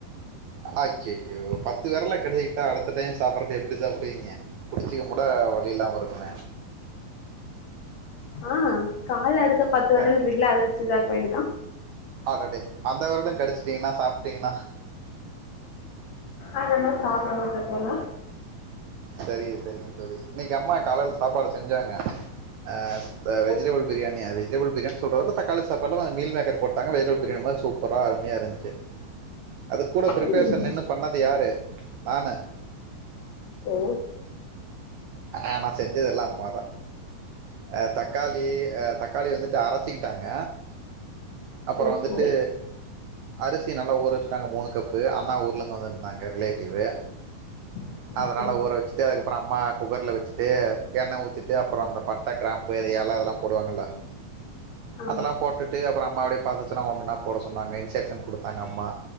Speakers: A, on the right; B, on the left.
A: அய்யய்யோ பத்து வெரல கடுச்சிக்கிட்டா அடுத்த டைம் சாப்புறப்ப எப்புடி சாப்புடுவீங்க புடுச்சுக்க கூட வழி இல்லாம இருக்குமே
B: ஆ காலடு து பத்து வெரல்ருக்குள்ள
A: அ
B: அத வச்சு‌ தா வேண்டிதா
A: அடடே அந்த வெரலு கடுச்ட்டீங்கனா சாப்ட்டீங்கனா
B: அதெல்லா சாப்ட மாட்டே என்னா
A: செரிங்க செரிங்க தோழி இன்னைக்கி அம்மா காலைல சாப்பாடு செஞ்சாங்க ஆ த
B: ஓ
A: வெஜிடபுள் பிரியாணி அத வெஜிடபுள் பிரியாணி சொல்றதவிட தக்காளி சாப்பாடு மீல் மேக்கர் போட்டாங்க வெஜ்டபுள் பிரியாணி மாரி சூப்பரா அருமையா இருந்ச்சு அதுக் கூட பிரிபேஸன்
B: ம்
A: நின்னு பண்ண துயாரு நானு
B: ஓ
A: ஆ நா செஞ்சதெல்லா அம்மாதா ஆ தக்காளி அ தக்காளி வந்துட்டு அரச்சிக்கிட்டாங்க அப்பறோ
B: ஓகே
A: வந்துட்டு அரிசி நல்லா ஊற வச்சட்டாங்க மூணு கப்பு அண்ணா ஊர்லந்து வந்துருந்தாங்க ரிலேட்டிவு
B: ஓகே
A: அதனால ஊற வச்சுட்டு அதுக்கப்பறோ அம்மா குக்கர்ல வச்சுட்டு எண்ணெ ஊத்திட்டு அப்பறோ அந்த பட்ட கிராம்பு து ஏல அதுலா போடுவாங்கல்ல
B: ஆமா
A: அதெல்லா போட்டுட்டு அப்பறோ அம்மா அபுடியே பாத்துச்சு னா ஒன்னொன்னா போட சொன்னாங்க இன்செக்ஷன் குடுத்தாங்க அம்மா